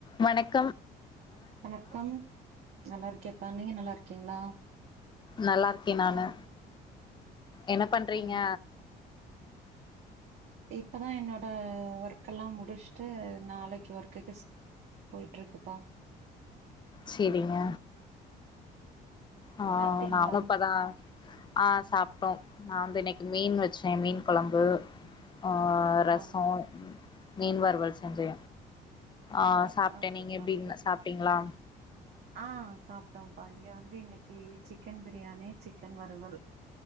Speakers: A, on the left (about 25°); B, on the right (about 70°).
A: வணக்
B: வணக்கம் நல்லா இருக்கேப்பா நீங்க நல்லா இருக்கீங்களா
A: நல்லா இருக்கே நானு என்ன பண்றீங்க
B: ம் இப்பதா என்னோட ஒர்க்கெல்லாம் முடிச்சுட்டு நாளைக்கு ஒர்க்குக்கு ஸ் போய்ட்டு இருக்குப்பா
A: சேரிங்க ஆ
B: சாப்ட்டீங்களா
A: நானு இப்பதா ஆ சாப்டோம் நா வந்து இன்னைக்கு மீன் வச்சே மீன் கொழம்பு ஆ ரசோ
B: ஓ
A: மீன்வறுவல் செஞ்சே ஆ சாப்டே
B: ஓகேப்பா
A: நீங்க எப்டி
B: ஓகே
A: ன்ன சாப்டீங்களா
B: ஆ சாப்டோம்ப்பா இங்க வந்து இன்னைக்கு சிக்கன் பிரியாணி சிக்கன் வறுவல்